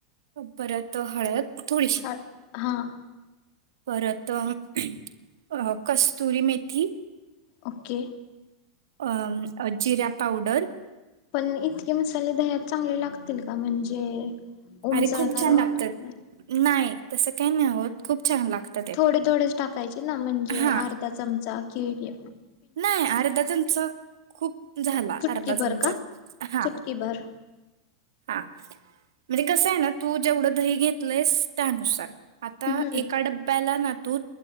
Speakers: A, on the right; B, on the left.
A: परत हळद थोडीशी
B: हळ हां.
A: परत अ कस्तुरी मेथी
B: ओके.
A: अ जिरा पावडर
B: पण इतके मस् दह्यात चांगले लागतील का म्हणजे उमचळणार
A: अरे खूप छान
B: वगैरे
A: लागतात
B: नाही
A: नाही तसं काही नाही आहोत खूप छान लागतं ते
B: थोडे थोडेच टाकायचे ना म्हणजे
A: हा
B: अर्धा चमचा केळी
A: नाही अर्धा चमचा खूप झाला
B: चुटकी
A: अर्धा चमचा
B: भर का?
A: हा
B: चुटकी भर.
A: हा. म्हणजे कसं आहे ना तू जेवढं दही घेतलंयस त्यानुसार. आता
B: हम्म.
A: एका डब्याला ना तू